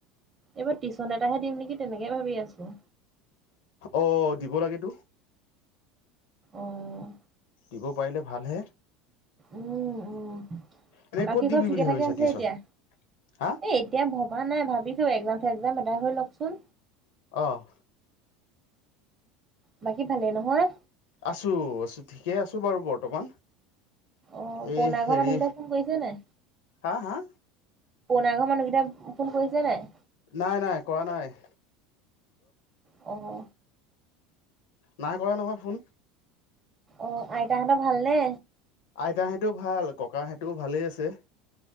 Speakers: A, on the right; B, on the left.
A: এইবাৰ টিউচন এটাহে দিম নেকি তেনেকে ভাবি আছো।
B: অ দিব লাগেতো।
A: অঁ
B: দিব পাৰিলে ভালহে।
A: উম' উম।
B: এনে
A: বাকী
B: ক'ত দিবি
A: চব ঠিকে
B: বুলি ভাবিছ
A: থাকে আছে
B: টিউচন
A: এতিয়া?
B: হা
A: এই এতিয়া- ভবা নাই ভাবিছো। একজাম- চেকজাম এদাই হৈ লওঁকচোন।
B: অঁহ
A: বাকী ভালেই নহয়?
B: আছো, আছো ঠিকেই আছো বাৰু বৰ্তমান।
A: অ
B: এই
A: পুৰণা
B: হেৰি।
A: ঘৰ মানুহকেইটা ফোন কৰিছে নাই
B: হাঁ হাঁ?
A: পুৰণা ঘৰ মানুহ কেইটাই ফোন কৰিছে নাই?
B: নাই, নাই কৰা নাই।
A: অ',
B: নাই কৰা নহয় ফোন।
A: অঁ আইতা হতৰ ভালনে?
B: আইতা সেতেও ভাল, ককা সেতেও ভালেই আছে।